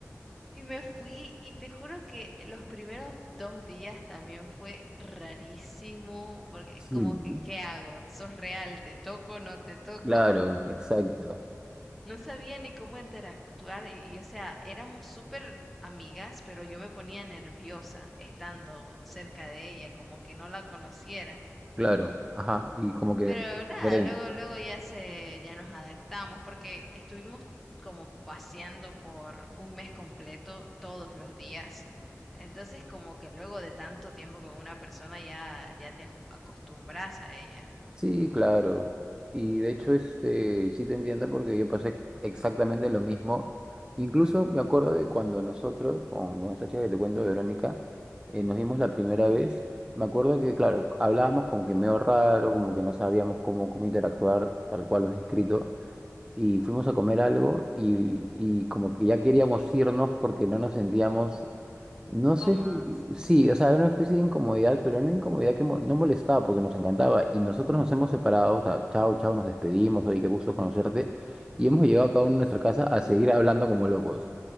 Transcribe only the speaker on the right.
Sí,
¿no?
claro,
exacto.
Claro, ajá. Y como que,
veré.
Sí, claro. Y de hecho, este, sí te entiendo porque yo pasé exactamente lo mismo. Incluso me acuerdo de cuando nosotros, con, con esta chica que te cuento, Verónica, eh, nos vimos la primera vez. Me acuerdo que, claro, hablábamos como que medio raro, como que no sabíamos cómo, cómo interactuar, tal cual lo has descrito y fuimos a comer algo y, y como que ya queríamos irnos porque no nos sentíamos, no sé
si, sí, o sea, era una especie de incomodidad, pero una incomodidad que mo- no molestaba porque nos encantaba y nosotros nos hemos separado, o sea, chao, chao, nos despedimos, oye, qué gusto conocerte y hemos llegado cada uno a nuestra casa a seguir hablando como locos,